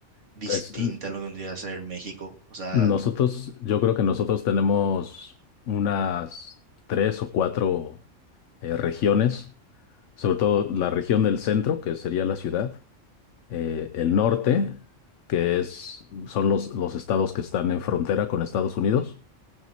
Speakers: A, on the right; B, on the left.
A: distinta
B: Pues n-
A: a lo que vendría a ser México. O sea,
B: nosotros, yo creo que nosotros tenemos unas tres o cuatro eh, regiones, sobre todo la región del centro, que sería la ciudad. eh, el norte, que es, son los, los estados que están en frontera con Estados Unidos,